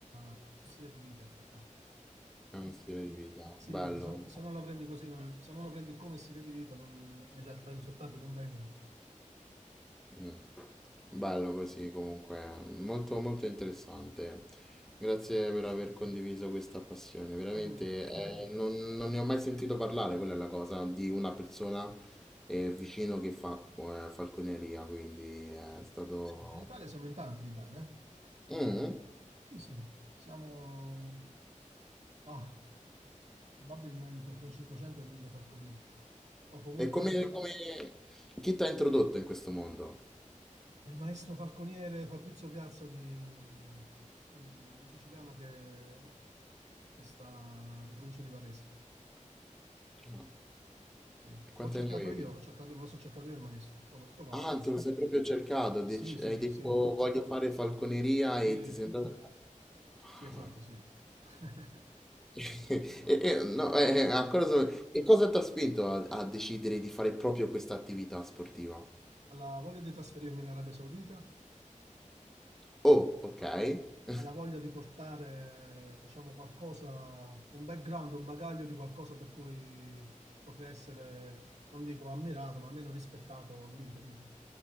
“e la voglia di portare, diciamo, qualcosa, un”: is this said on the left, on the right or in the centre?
Right